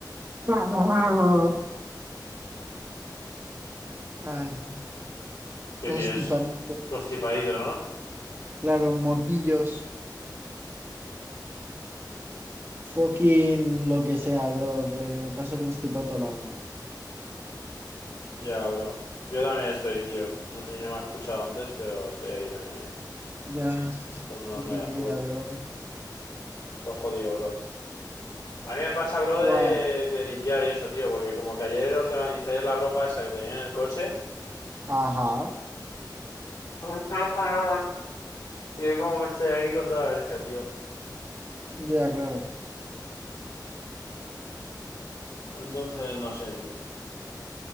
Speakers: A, on the right; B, on the left.
A: <laughs> Ay,
B: ¿Qué
A: constipadito.
B: tienes? Constipadito, ¿no?
A: Claro, moquillos. Fucking lo que sea, bro. Pero que me paso constipado todo el año.
B: Ya, bro. Yo también estoy, tío. No sé si me has escuchado antes, pero estoy ahí también.
A: Ya,
B: Estornudando
A: fucking
B: ahí a
A: vida,
B: full.
A: bro.
B: Todo jodido, bro. A mí me pasa, bro,
A: Guau.
B: de, de limpiar y eso, tío. Porque como que ayer organicé la ropa esa que tenía en el coche.
A: Ajá.
B: <laughs> Y yo como que estoy ahí con toda la alergia, tío.
A: Ya, claro.
B: Entonces, no sé, tío.